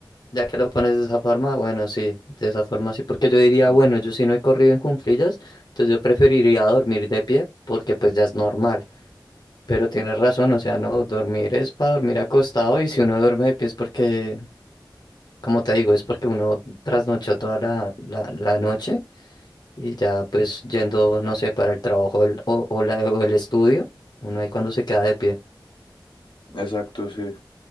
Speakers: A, on the left; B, on the left.
A: Ya que lo pones de esa forma, bueno, sí, de esa forma sí, porque yo diría,
B: Mm.
A: bueno, yo sí no he corrido en cuclillas, entonces yo preferiría dormir de pie porque pues ya es normal. Pero tienes razón, o sea, no, dormir es para dormir acostado y si uno duerme de pie es porque, como te digo, es porque uno trasnochó toda la, la, la noche y ya pues yendo, no sé, para el trabajo el- o, o la- o el estudio, uno ahí cuando se queda de pie.
B: Exacto, sí.